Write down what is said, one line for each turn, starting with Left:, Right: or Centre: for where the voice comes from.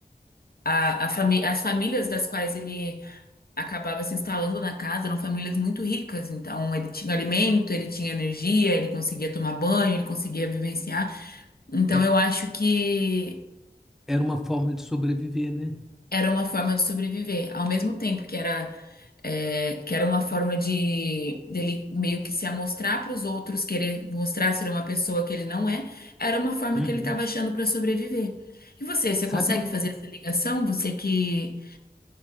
Left: a, a fami- as famílias das quais ele acabava se instalando na casa, eram famílias muito ricas, então ele tinha alimento, ele tinha energia, ele conseguia tomar banho, ele conseguia vivenciar. Então
Centre: É-
Left: eu acho que
Centre: Era uma forma de sobreviver, né?
Left: era uma forma de sobreviver, ao mesmo tempo que era é, que era uma forma de dele meio que se amostrar para os outros, querer mostrar ser uma pessoa que ele não é, era uma forma
Centre: Uhum.
Left: que ele estava achando para sobreviver. E você, você
Centre: Sabe
Left: consegue
Centre: uma.
Left: fazer essa ligação? Você que